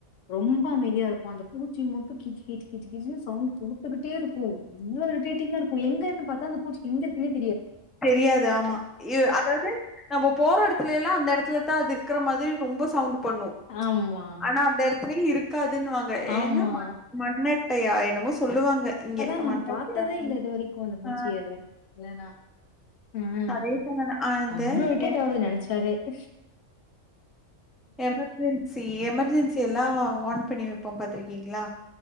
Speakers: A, on the left; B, in the centre.
A: ரொம்ப அமைதியா இருக்கும் அந்த பூச்சி மட்டும் கிச்சுகிச்சுனு கிச்சுனு சவுண்டு கொடுத்துகிட்டே இருக்கும் அவ்ளோ இரிடேட்டிங்க இருக்கும் எங்கன்னு பார்த்தா அந்த ச்சு எங்க இருக்குனேத் தெ
B: தெரியாது ஆமா ஏ அதாவது நம்ப போற இடத்துல எல்லாம் அந்த இடத்துல அது இருக்கிற மாரி ரொம்ப சவுண்ட் பண்ணும்
A: ஆமா,
B: ஆனா அந்த இடத்துலய இருக்காதுன்னுவாங்க ஏன்ன
A: ஆமா.
B: மண்ண அயா என்னமோ சொல்லுவாங்க இங்க
A: அதான் நான்
B: மண்ணட்டையா
A: பாத்ததே இல்ல இது வரைக்கும் அந்த மூச்சிய
B: ஆ
A: இது வரைக்கும் இல்லன்னா ம் ம்
B: அதேதா நானு அந்த
A: அவ்ளோ விட்டுட்டு
B: எ
A: ஆகுது நினைச்சாவே <inaudible>
B: எமர்ஜென்சி எமர்ஜென்சி எல்லாம் ஆன் பண்ணி வைப்போம் பாத்ருக்கீங்களா